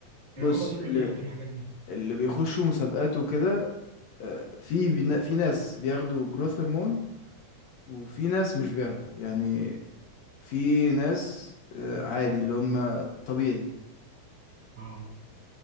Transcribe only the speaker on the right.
فهم
دول اللي
بياخدوا الحاجات دي
اه